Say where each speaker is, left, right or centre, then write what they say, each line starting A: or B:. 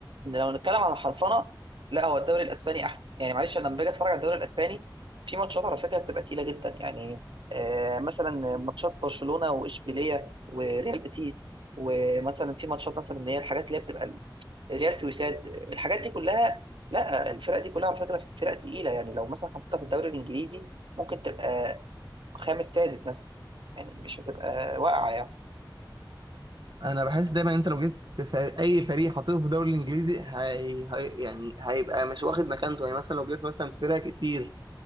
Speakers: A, on the right; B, on the right.
A: إن لو نتكلم عن الحرفنة لا هو الدوري الأسباني أحسن يعني معلش أنا لما باجي أتفرج على الدوري الأسباني في ماتشات على فكرة بتبقى تقيلة جدا يعني آه مثلا ماتشات برشلونة وإشبيلية وريال بيتيس ومثلا في ماتشات مثلا اللي هي الحاجات اللي هي بتبقى ريال سويساد الحاجات دي كلها لا الفرق دي كلها على فكرة فرق تقيلة يعني لو مثلا حطيتها في الدوري الإنجليزي ممكن تبقى خامس سادس مثلا يعني مش هتبقى واقعه يعني
B: انا بحس دايما انت لو جبت فريق اي فريق حاطينه في الدوري الانجليزي هي... هي... يعني هيبقى مش واخد مكانته يعني مثلا لو جبت مثلا فرق كتير